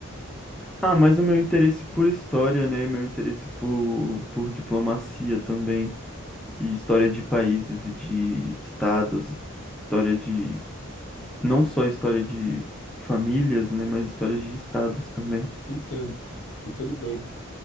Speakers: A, in the centre; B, on the left.
A: Ah, mas o meu interesse por história, né? Meu interesse por, por diplomacia também, e história de países e de estados, história de, não só história de famílias, né? Mas histórias de estados também.
B: Entendo. Entendo bem.